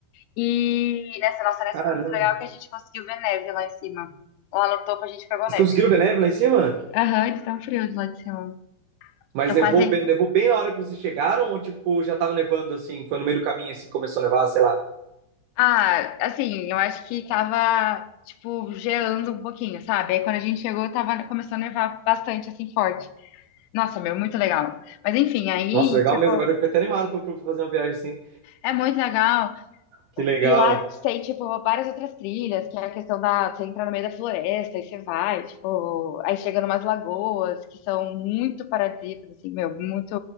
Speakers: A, on the left; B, on the right.
A: E nessa nossa nessa
B: Caramba.
A: foi muito legal que a gente conseguiu ver neve lá em cima. Lá no topo a gente pegou
B: Vocês
A: neve.
B: conseguiram ver neve lá em cima?
A: Aham, de tão frio de lá de cima.
B: Mas
A: Eu
B: nevou
A: quase.
B: bem, nevou bem na hora que vocês chegaram ou, tipo, já tava nevando, assim? Foi no meio do caminho, assim, começou a nevar, sei lá.
A: Ah, assim, eu acho que tava, tipo, geando um pouquinho, sabe? Aí quando a gente chegou, tava começando a nevar bastante, assim, forte. Nossa, meu, muito legal. Mas enfim, aí,
B: Nossa, legal
A: tipo,
B: mesmo. Agora eu fiquei até animado pra, pra fazer uma viagem assim.
A: É muito legal.
B: Que legal.
A: E lá tem, tipo, várias outras trilhas, que é a questão da você entrar no meio da floresta e você vai, tipo, aí chega numas lagoas que são muito paradisíacas, assim, meu, muito,